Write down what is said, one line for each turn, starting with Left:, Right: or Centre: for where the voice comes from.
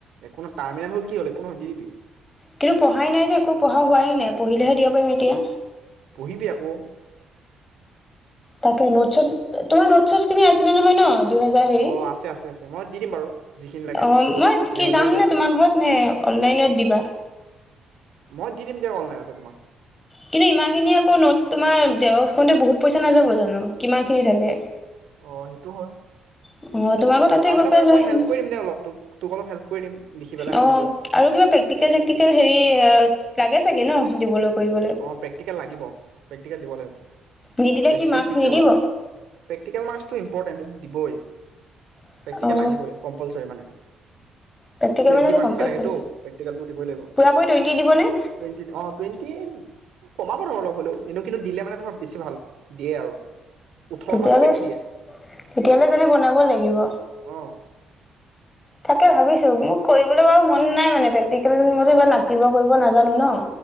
Right: একো নাই টাৰ্মিনেল হল কি হ'ল, একো নহয় দিদিবি।
Left: কিন্তু পঢ়াই নাই যে, একো পঢ়া হোৱাই নাই পঢ়িলেহে দিব পাৰিম এতিয়া।
Right: পঢ়িবি আকৌ!
Left: তাকে নোটচত, তোমাৰ নোটচট খিনি আছিলে নহয় ন? দুহাজাৰ হেৰী,
Right: অ' আছে আছে আছে মই দি দিম বাৰু যিখিনি লাগে।
Left: অ', মই
Right: জিৰ'
Left: কি যাম
Right: জিৰ' লাগে।
Left: নে তোমাৰ ঘৰত নে অনলাইনত দিবা?
Right: মই দি দিম <unintelligible> তোমাক।
Left: কিন্তু ইমানখিনি আকৌ নত তোমাৰ জেৰক্স কৰিলে বহুত পইচা নাযাব জানো, কিমান খিনি থাকে।
Right: অ', হেটো হয়।
Left: উ- উম অ', তোমালোক তাতে
Right: কাম
Left: গৈ
Right: এটা
Left: পেলাই
Right: কৰিম
Left: লৈ
Right: মই
Left: আহিম
Right: হেল্প
Left: গৈ,
Right: কৰি দিম দে অলপ তোক। তোক অলপ হেল্প কৰি দিম লিখি পেলাই মই
Left: অ'
Right: নিজেও।
Left: আৰু কিবা প্ৰেক্টিকেল চেক্তিকেল হেৰি, এয়াচ। লাগে চাগে নহ দিবলৈ? কৰিবলৈ
Right: অ', প্ৰেক্টিকেল লাগিব, প্ৰেক্টিকেল দিব লাগিব,
Left: নিদিলে
Right: প্ৰেক্টিকেল
Left: কি মাৰ্কচ
Right: দিছে
Left: নিদিব
Right: বাৰু প্ৰেক্টিকেল মাৰ্ক্সটো ইম্পৰ্টেণ্ট। দিবই।
Left: অ
Right: প্ৰক্টিকেল লাগিবই কমপালচৰি মানে
Left: প্ৰেক্টিকেল
Right: টোৱেণ্টি
Left: মানে
Right: মাক্সকে
Left: কম্পালচৰি
Right: লাগে তো প্ৰক্টিকেল দিবই লাগিব
Left: পুৰা পুৰি টুৱেন্টি দিবনে
Right: টোৱেণ্টী অ টোৱেন্টি কমাব ধৰ অলপ হলেও এনে কিন্তু দিলে মানে ধৰক বেছি ভাল দিয়ে আৰু ওঠৰ
Left: তেতিয়ালৈ
Right: মানলৈকে দি দিয়ে
Left: তেতিয়ালৈ যোন বনাব লাগিব
Right: অ
Left: তাকে ভাবিছো মোক কৰিবলৈ বাৰু মন নাই মানে প্ৰেক্টিকেল ময়ো কিবা আকিব কৰিব নাজানো ন